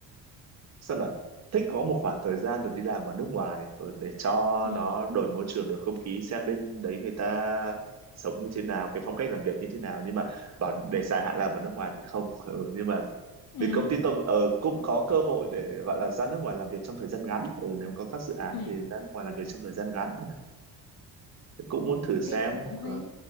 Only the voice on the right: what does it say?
sao là thích có một khoảng thời gian được đi làm ở nước ngoài ờ, để cho
nó đổi môi trường đổi không khí xem bên đấy người ta sống như thế nào cái phong cách làm việc như thế nào nhưng mà bảo để dài hạn làm ở nước ngoài thì không ừ, nhưng mà
vì công ty tôi ờ, cũng có cơ hội để gọi là ra nước ngoài làm việc trong thời gian ngắn ừ, nếu có các dự án
thì ra nước ngoài làm việc trong thời gian ngắn cũng muốn thử xem
Ờ,